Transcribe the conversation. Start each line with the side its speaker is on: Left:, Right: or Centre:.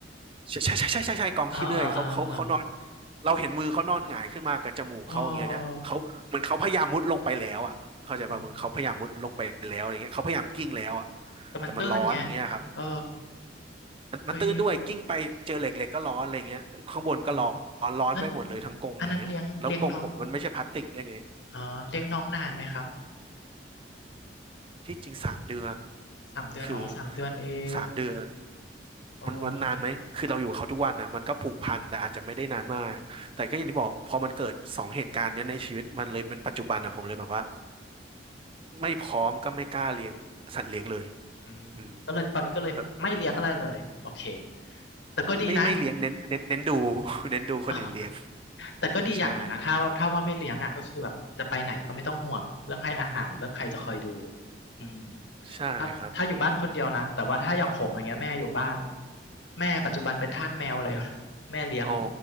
Right: ใช่ใช่ใช่ใช่ใช่ใช่กองขี้เลื่อยเขาเขาเขานอน
Left: เออเออเออเออ
Right: เราเห็นมือเขานอนหงายขึ้นมากับจมูกเขาอย่างเงี้ยเขาเหมือนเขาพยายามมุดลงไปแล้วอ่ะเข้าใจป่ะเหมือนเขาพยายามมุดลงไปแล้วอย่างเงี้ยเขาพยายามกิ้งแล้วอ่ะ
Left: เอออืมแต่มันตื้นไง
Right: แต่มันร้อนอย่างเงี้ยครับ
Left: เออ
Right: มันมันตื้นด้วยกิ้งไปเจอเหล็กเหล็กก็ร้อนอะไรเงี้ยข้างบนก็ร้อนร้อนไปหมดเลยทั้งกรงอย่างเงี้ยแล้วกรงผมมันไม่ใช่พลาสติกด้วยไง
Left: เฮ้ยอืมนั่นอันนั้นเลี้ยงเลี้ยงน้องอ๋อเลี้ยงน้องนานไหมครับ
Right: ที่จริงสามเดือน
Left: สามเดือนอ๋อสามเดือนเอง
Right: คือสามเดือน
Left: โอ้น้อง
Right: มันมันนานไหมคือเราอยู่กับเขาทุกวันอ่ะมันก็ผูกพันแต่อาจจะไม่ได้นานมากแต่ก็อย่างที่บอกพอมันเกิดสองเหตุการณ์เนี้ยในชีวิตมันเลยเป็นปัจจุบันอ่ะผมเลยแบบว่าไม่พร้อมก็ไม่กล้าเลี้ยงสัตว์เลี้ยงเลย
Left: อืมก็เลยตอนนี้ก็เลยไม่เลี้ยงอะไรเลยโอเค
Right: อืมแต่
Left: แต่ก็ดีนะ
Right: ไม่ไม่เลี้ยงเน้นดเน้นเน้นดู <laughs> เน้นดูคนอื่นเลี้ยง
Left: <laughs> อ่าแต่ก็ดีอย่างหนึ่งนะถ้าว่าถ้าว่าไม่เลี้ยงอ่ะก็คือแบบจะไปไหนก็ไม่ต้องห่วงเรื่องให้อาหารเรื่องใครจะคอยดู
Right: ใช่
Left: อืม
Right: ใช่ครับ
Left: ถ้าถ้าอยู่บ้านคนเดียวนะแต่ว่าถ้าอย่างผมอย่างเงี้ยแม่อยู่บ้านแม่ปัจจุบันเป็นทาสแมวอะไรอยู่ <laughs> แล้วแม่เลี้ยง
Right: อ๋อ